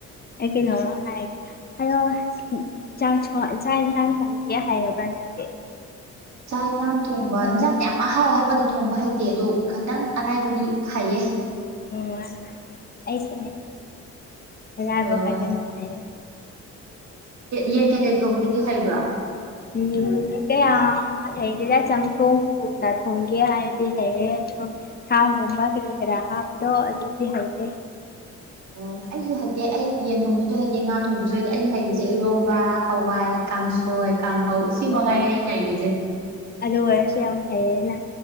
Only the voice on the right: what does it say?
ꯆꯥꯛ ꯌꯦꯟꯖꯥꯡ ꯊꯣꯡꯕ ꯏꯟꯖꯥꯡ ꯌꯥꯝ ꯑꯍꯥꯎ ꯑꯍꯥꯎꯕꯗꯤ ꯊꯣꯡꯕ ꯊꯣꯡꯕ ꯍꯩꯇꯦ ꯑꯗꯣ ꯈꯇꯪ ꯑꯔꯥꯏꯕꯗꯤ ꯍꯩꯌꯦ
ꯑꯣ
ꯌꯦꯟ ꯀꯩꯀꯩ ꯊꯧꯒꯦꯗ ꯍꯩꯕ꯭ꯔꯣ
ꯑꯣ ꯑꯩꯁꯨ ꯍꯩꯇꯦ ꯑꯩ ꯌꯦꯟ ꯊꯣꯡꯕꯤꯁꯨ ꯍꯩꯇꯦ ꯉꯥ ꯊꯣꯡꯕꯤꯁꯨ ꯍꯩꯇꯦ ꯑꯩꯅ ꯍꯩꯕꯁꯦ ꯏꯔꯣꯝꯕ ꯍꯋꯥꯏ ꯀꯥꯡꯁꯣꯏ ꯀꯥꯡꯍꯧ ꯁꯤꯃꯛ
ꯉꯥꯏꯔꯦ ꯑꯩꯅ ꯍꯩꯔꯤꯁꯦ